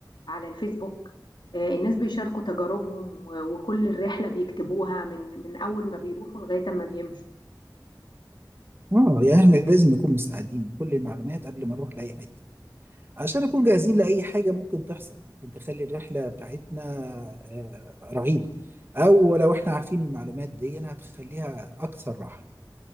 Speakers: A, on the left; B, on the right.
A: على الفيسبوك آه، الناس بيشاركوا تجاربهم و- وكل الرحله بيكتبوها من من اول ما بيروحوا لغايه ما بيمشوا
B: اه يعني احنا لازم نكون مستعدين بكل المعلومات قبل ما نروح لاي حته عشان نكون جاهزين لأي حاجة ممكن تحصل ممكن تخلي الرحلة بتاعتنا آه، رهيبة أو لو إحنا عارفين المعلومات دي هتخليها أكثر راحة